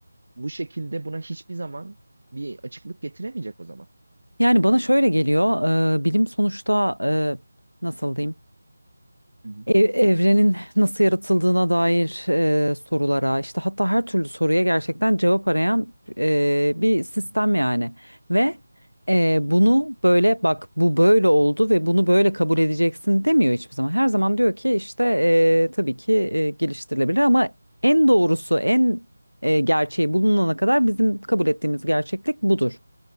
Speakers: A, on the right; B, on the left.
A: bu şekilde buna hiçbir zaman bir açıklık getiremeyecek o zaman.
B: Yani bana şöyle geliyor, e, bilim sonuçta e, nasıl diyeyim,
A: Hı hı.
B: ev- evrenin nasıl yaratıldığına dair e, sorulara, işte hatta her türlü soruya gerçekten cevap arayan e, bir sistem
A: Hı hı.
B: yani. Ve e, bunu böyle bak bu böyle oldu ve bunu böyle kabul edeceksin demiyor hiçbir zaman. Her zaman diyor ki işte e, tabii ki e, geliştirilebilir ama en doğrusu, en e, gerçeği bulunana kadar bizim kabul ettiğimiz gerçeklik budur.